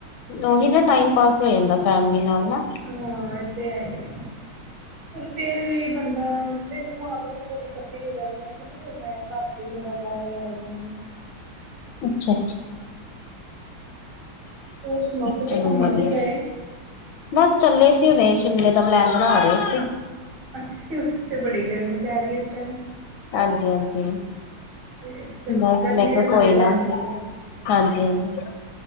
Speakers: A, on the left; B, on the right.
A: ਉਹੀ ਨਾ ਟਾਈਮ ਪਾਸ ਹੋ ਜਾਂਦਾ ਫੈਮਲੀ ਨਾਲ ਨਾ,
B: ਹਾਂ ਇਹ ਤੇ ਹੈ ਹੀ ਆ। ਫਿਰ ਵੀ ਬੰਦਾ ਮੈਨੂੰ ਆਦਤ ਥੋੜੀ ਕੱਲੀ ਵਗੈਰਾ ਰਹਿੰਦੀ, ਨਾ ਮੈਂ ਘੱਟ ਹੀ ਥੋੜਾ ਵਗੇਰਾ <unintelligible>
A: ਅੱਛਾ-ਅੱਛਾ,
B: ਹੋਰ ਸੁਣਾਓ ਕਿਤੇ
A: ਚਲੋ
B: ਘੁੰਮਣ
A: ਵਧੀਆ।
B: ਨੀ ਗਏ?
A: ਬਸ ਚੱਲੇ ਸੀ, ਹੁਣੇ ਸ਼ਿਮਲੇ ਦਾ ਪਲੈਨ ਬਣਾ ਰਹੇ ਸੀ।
B: ਅੱਛਾ, ਉੱਥੇ ਤੇ ਬੜੀ ਗਰਮੀ ਪੈ ਰਹੀ ਹੈ ਇਸ ਟਾਈਮ।
A: ਹਾਂਜੀ-ਹਾਂਜੀ।
B: ਤੇ ਚਲੋ
A: ਬਸ
B: ਜੀ, ਗਰਮੀ
A: ਮੈਂ ਕਿਹਾ
B: ਦੇ
A: ਕੋਈ
B: ਮਜ਼ੇ ਲੈਣ
A: ਨਾ
B: ਚੱਲੇ ਆਂ।
A: ਹਾਂਜੀ-ਹਾਂਜੀ।